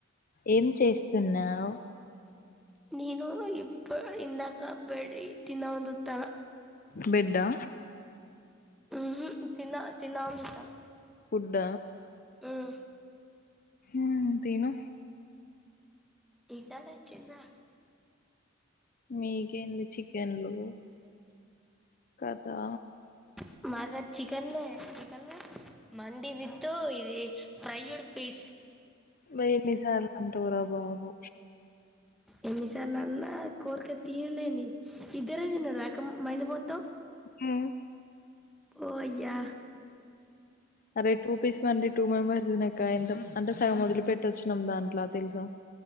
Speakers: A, on the left (about 45°); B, in the centre.
A: ఏం చేస్తున్నవ్
B: నను ఇప్ప ఇందాక బడి తిందాం అని జుత్తన
A: బెడా
B: హు్ హు్ తిన్నా తిన్నావని జుత్తన
A: ఫుడ్డ
B: ఉ
A: ఉ తిను
B: తింటలే చిన్నగ
A: మీకేంది చికెన్లు కతా
B: <unintelligible> చికన్లే <unintelligible> మండి వితు ఇది ఫ్రైడ్ పీస్
A: మే ఎన్నిసార్లు అంటవుర బాబు
B: ఎన్నిసార్లు అన్నా కోరిక తీరలేని ఇద్దరే తిన్నార అక్క మండి మొత్తం
A: ఉ
B: పో అయ్య
A: అరే టూ పీస్ మండి టూ మెంబర్స్ తినేకైయల్దు అంటే సగం ఒదిలి పెట్టొచ్చినం దాంట్ల తెలుసా